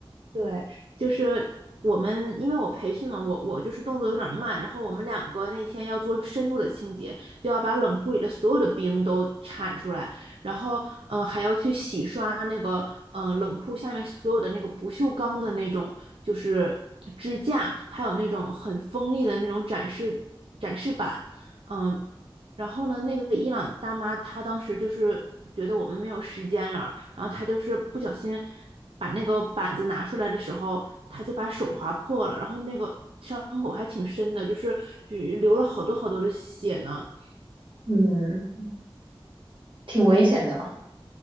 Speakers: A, on the right; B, on the right.
A: 对，就是我们，因为我培训嘛，我我就是动作有点慢，然后我们两个那天要做深度的清洁，就要把冷库里的所有的冰都铲出来，然后呃还要去洗刷那个呃冷库下面所有的那个不锈钢的那种就是支架，还有那种很锋利的那种展示展示板，嗯，然后呢，那个伊朗大妈她当时就是觉得我们没有时间了，然后他就是不小心把那个板子拿出来的时候，他就把手划破了，然后那个伤口还挺深的，就是呃流了好多好多的血呢。
B: 嗯，挺危险的，